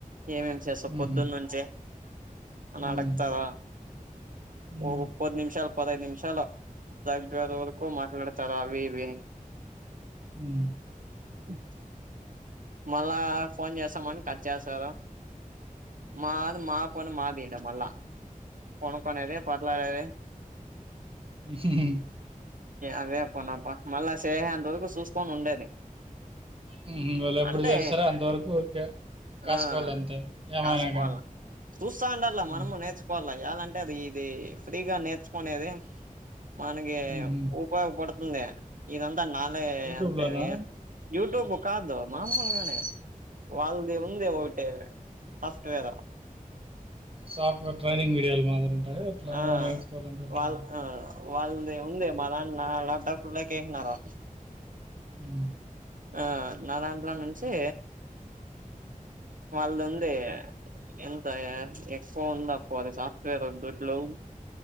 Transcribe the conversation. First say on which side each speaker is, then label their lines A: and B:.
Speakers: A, on the right; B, on the right.
A: ఏమేం చేస్తావు
B: హుహు.
A: పొద్దున్న నుంచి
B: హ్మ్.
A: న అడ్గతాధ
B: హ్మ్.
A: ఓ ముప్పద్ నిమిషాలు పదైదు నిమిషాలు ఇది వరకు మాట్లాడతారు అవి ఇవి
B: హ్మ్.
A: <unintelligible> మళ్ళా ఫోన్ చేస్తామని కట్ చేస్తారు మాది మా పని మాది మల్ళ కొనుకొనేది పోర్లాడేది
B: అే <unintelligible> <unintelligible>
A: అవే పనప్ప మళ్ళా చేసే అంతకు చూసుకొని ఉండేది
B: హూ హమ్ వాళ్ళు ఎప్పుడు
A: అంటే
B: చేస్తారా అంతవరకు ఓకే కాసుకోవాలి
A: ఆ
B: అంతే ఏమైనా
A: కాసుకోవాల
B: కానీ
A: చూస్తా ఉండలా
B: ఉమ్,
A: మనము నేర్చుకోవాల చేయాలంటే అది ఇది ఫ్రీగా నేర్చుకునేది మనకి
B: ఉహు
A: ఉపయోగపడుతుంది ఇది అంత నాలే
B: యూట్యూబ్లోనా
A: అంతే యూ ట్యూబ్ కాదు మామూలుగానే వాళ్ళది ఉంది ఒకటి సాఫ్ట్వేర్
B: సాఫట్వేర్ ట్రైనింగ్ విడియాలి మొత్తం <unintelligible> అదే ఎట్లా నువ్వు
A: ఆ
B: నేర్చుకోవాలంటే ఎట్లా
A: వాళ్
B: మరీ
A: ఆ వాళ్ళది ఉంది మా దాని లాప్టాప్ల కి ఏసిన్నారు
B: ఉమ్
A: ఆ నా దాంట్లో నుంచి వాళ్ళదుంది ఎంతయా ఎక్కువ ఉంది అప్పు అది సాఫ్ట్వేర్ దొడ్లు